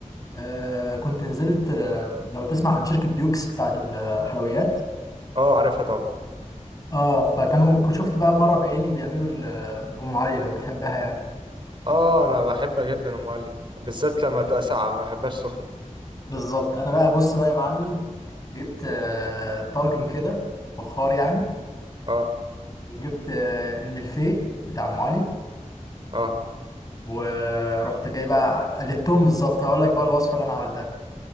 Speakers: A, on the left (about 30°); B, on the right (about 40°).
A: آه كنت نزلت آه لو تسمع عن شركة ديوكس بتاعت الحلويات
B: اه عارفها طبعا
A: اه فكانوا كنت شفت بقى مرة بعيني بيعملوا ال- آه، ام علي لو بتحبها يعني
B: اه انا بحبها جدا ام علي بالذات لما تبقى ساقعه ما بحبهاش سخنه
A: بالظبط انا بقى بص بقى يا معلم جبت آه، طاجن كده فخار يعني
B: اه
A: وجبت آه، الملفيه بتاع ام علي
B: اه
A: ورحت جاي بقى قلدتهم بالظبط هقول لك بقى الوصفه اللي انا عملتها